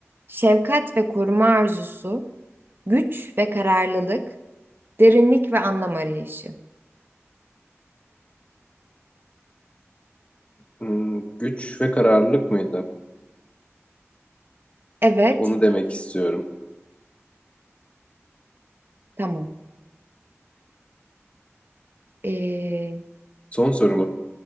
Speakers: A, on the right; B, on the left.
A: Şefkat ve koruma arzusu. Güç ve kararlılık. Derinlik ve anlam arayışı.
B: Hmm, güç ve kararlılık mıydı?
A: Evet,
B: Onu demek istiyorum.
A: tamam. Ee,
B: Son soru mu?